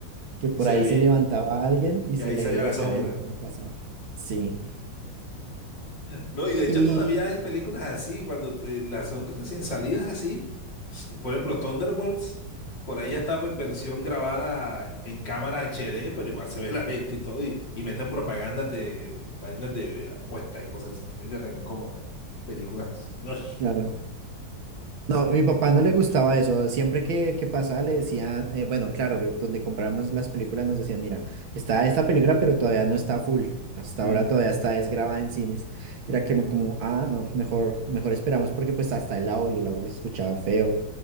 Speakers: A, on the right (about 70°); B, on the left (about 60°).
A: que por
B: Y se
A: ahí
B: veía,
A: se levantaba alguien y
B: y
A: se
B: ahí
A: le
B: salía
A: veía la
B: la sombra.
A: cabeza cuando pasaba. Sí.
B: No, y de hecho
A: Y
B: todavía hay películas así, cuando eh, las son recién salidas así. S- Por ejemplo, Thunderbolts, por ahí ya está en versión grabada en cámara HD, pero igual se ve la gente y todo, y, y meten propagandas de vainas de apuestas y cosas así. Vainas tan incómodas. Películas. No.
A: claro, no, mi papá no le gustaba eso. Siempre que, que pasaba le decía, eh, bueno, claro, ve- donde comprábamos las películas nos decían, mira, está esta película, pero todavía no está full. Hasta
B: Mm,
A: ahora todavía está desgrabada en cines. Y era que me- como, ah, no, mejor, mejor esperamos porque pues hasta el audio, el audio se escuchaba feo